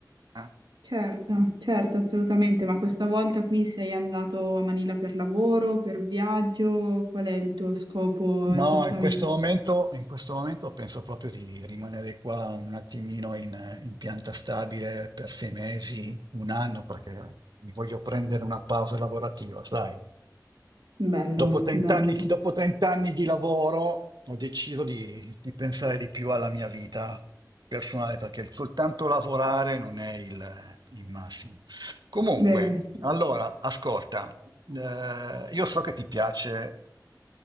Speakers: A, on the right (about 70°); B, on the right (about 80°).
A: eh.
B: certo, certo, assolutamente. Ma questa volta qui sei andato a Manila per lavoro, per viaggio? Qual è il tuo scopo esattamente?
A: No, in questo momento, in questo momento penso proprio di rimanere qua un attimino in, in pianta stabile per sei mesi, un anno, perché mi voglio prendere una pausa lavorativa, sai.
B: Bello,
A: Dopo 30
B: bello.
A: anni, dopo 30 anni di lavoro ho deciso di, di pensare di più alla mia vita personale, perché soltanto lavorare non è il, il massimo. Comunque,
B: Beh, sì.
A: allora, ascolta, eh, io so che ti piace